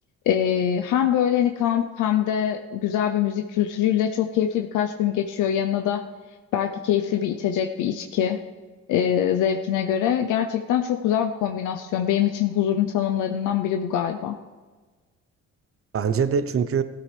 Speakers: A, on the left (about 80°); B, on the right (about 45°).
A: Ee, hem böyle hani kamp hem de güzel bir müzik kültürüyle çok keyifli birkaç gün geçiyor. Yanına da belki keyifli bir içecek, bir içki e, zevkine göre. Gerçekten çok güzel bir kombinasyon. Benim için huzurun tanımlarından biri bu galiba.
B: Bence de çünkü